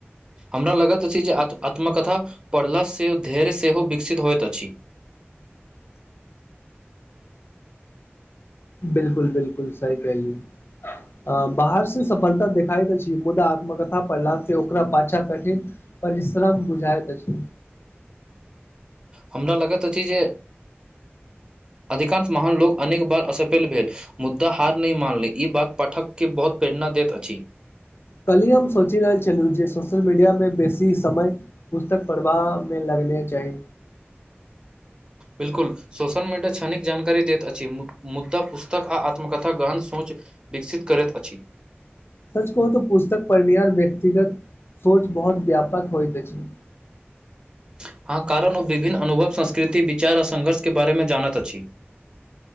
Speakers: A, on the right; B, on the left.
A: हमरा लगैत अछि जे आ आत्मकथा पढ़लासँ धैर्य सेहो विकसित होइत अछि
B: बिल्कूल बिल्कूल सही कहलियौ बाहर से सफलता देखाइत अछि मुदा आत्मकथा पढ़ला से ओकरा पाछा कठिन परिश्रम बुझाइत अछि
A: हमरा लगैत अछि जे अधिकांश महान लोको अनेक बार असफेल भे मुद्दा हार नहि मानले ई बात पाठ के बहुत प्रेरणा देत अछि
B: कल हम सोचि रहल छलहुँ जे सोशल मीडियामे बेसी समय पुस्तक पढ़बा मे लगने चाही
A: बिल्कूल सोशियल मीडिया छनिक जानकारी दैत अछि मुद्दा पुस्तक अ आत्मकथा ग्रहण सोच विकसित करैत अछि।
B: सच कहू त पुस्तक पढ़निहार व्यक्तिगत सोच बहुत व्यापक होइत अछि
A: अहा कारण ओ विभिन्न अनुभव संस्कृति विचार आ संघर्षके बारेमे जानैत अछि